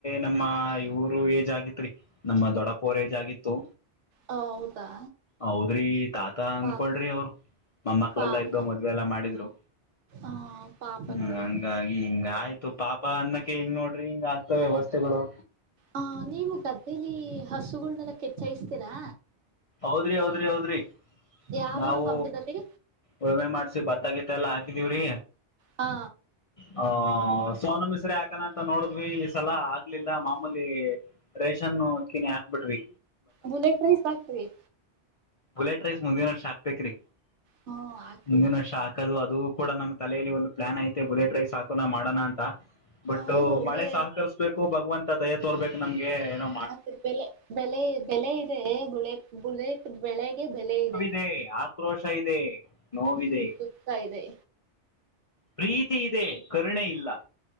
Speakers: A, on the left; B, on the right.
A: ನಮ್ಮ ಇವರು ಏಜ್ ಆಗಿತ್ತ ತ್ರೀ ನಮ್ಮ ದೊಡ್ಡಪ್ಪೊ ಎಜ್ ಆಗಿತ್ತು.
B: ಹ ಹೌದಾ
A: ಹೌದ್ರಿ ತಾತ ಅನ್
B: ಪಾಪ
A: ಕೋಡ್ರಿ ಅವರು ತಮ್ಮಕ್ಳೆಲ್ಲಾ
B: ಪಾಪ
A: ಇದ್ದವು ಮದ್ವೆ ಎಲ್ಲಾ ಮಾಡಿದ್ರು.
B: ಆ ಪಾಪ
A: ಹ್ಮ್
B: ನೋಡಿ
A: ಹಂಗಾಗಿ ಹಿಂಗ ಆಯ್ತು ಪಾಪ ಅನ್ನಕ್ಕೆ ಹಿಂಗ ನೋಡ್ರಿ ಹಿಂಗ್ ಆಗತಾವ ವ್ಯವಸ್ಥೆಗಳು
B: ಹ ನೀವು ಗದ್ದೇಲಿ ಹಸುಗಳನೆಲ್ಲಾ ಕೆಚ್ಚಾಯಸ್ತೀರಾ
A: ಹೌದ್ರಿ ಹೌದ್ರಿ ಹೌದ್ರಿ
B: ಯಾವ್ಯಾವ
A: ನಾವು
B: ಹಬ್ಬದಲ್ಲಿ
A: ಉಳಮೆ ಮಾಡ್ಸಿ ಭತ್ತ ಗೀತ್ತಾ ಎಲ್ಲಾ ಹಾಕಿದೀವ್ರಿ
B: ಹಾ
A: ಹ ಸೋನು ಮಿಸ್ರ ಯಾಕಾನ ಅಂತ ನೋಡಿದ್ವಿ ಸಲ ಆಗ್ಲಿಲ್ಲಾ ಮಾಮೂಲಿ ರೇಷನ್ ಅಕ್ಕಿನೇ ಹಾಕ್ಬಿಟಿವಿ
B: bullet rice <unintelligible>
A: bullet rice B ಹಾಕ್ಬೇಕರೀ ಮುಂದಿನ ವರ್ಷ ಹಾಕ್ಬೇಕ್ರೀ
B: ಹಾ ಹಾಕ್ರಿ
A: ಮುಂದಿನ ವರ್ಷಾ ಹಾ ಕದು ಅದು ಕೂಡ ನಮ್ಮ್ ತಲೇಲಿ ಒಂದು ಪ್ಲಾನ್ ಐತೆ ಬುಲೆಟ್ ರೈಸ್ ಹಾಕು ನ ಮಾಡೋಣ ಅಂತಾ ಬಟ್
B: ಹೌದು ಒಳ್ಳೆ
A: ಮಳೆ ಸಹಕರಿಸ್ಬೇಕು ಭಗವಂತ ದಯೆ ತೋರ್ಬೇಕು ನಮ್ಗೆ ಏನೊ
B: ಆ ಬೆಲೆ ಬೆಲೆ ಬೆಲೆ ಇದೆ ಬುಲೆಟ್ ಬೆಳೆಗೆ ಬೆಲೆ ಇದೆ.
A: <unintelligible> ಕ್ರೋಶ ಇದೆ. ನೋವಿದೆ
B: ಹುಂ ಸುಕ್ತಾ ಇದೆ.
A: ಪ್ರೀತಿ ಇದೆ ಕರುಣೆ ಇಲ್ಲಾ